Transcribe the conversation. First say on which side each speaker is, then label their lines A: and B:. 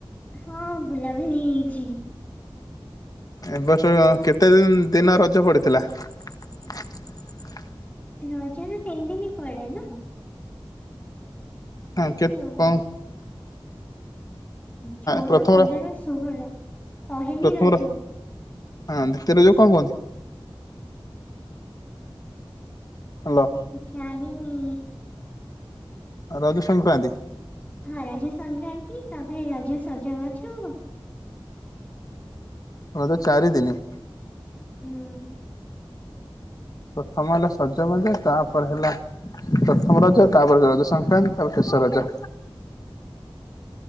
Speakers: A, on the left (about 15°); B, on the left (about 40°).
A: ହଁ ବୁଲାବଲି ହେଇଛି
B: ଏବର୍ଷ କେତେ ଦିନ ରଜ ପଡିଥିଲା। <inaudible>
A: ରଜ ତ ତିନି ଦିନ ପଡେ ନା।
B: <unintelligible>
A: ଚଉ ଚଉଦ
B: ପ୍ରଥମର
A: ପନ୍ଦର ଷୋହଳ ପହିଲି
B: ପ୍ରଥମର
A: ରଜ।
B: ହଁ ଦ୍ୱିତୀୟ ରଜ କଣ କୁହନ୍ତି। <inaudible> ହାଲୋ।
A: ଜାଣିିନି।
B: ରଜ ସଂକ୍ରାନ୍ତି
A: ହଁ ରଜା ସଂକ୍ରାନ୍ତି ତାପରେ ରଜା ସଜବାଜ
B: ରଜ ଚାରି ଦିନ
A: ହୁଁ।
B: ପ୍ରଥମ ହେଲା ସଜବାଜ ତାପରେ ହେଲା ପ୍ରଥମ ରଜ ତାପରେ ରଜ ସଂକ୍ରାନ୍ତି ତାପରେ ଶେଷ ରଜ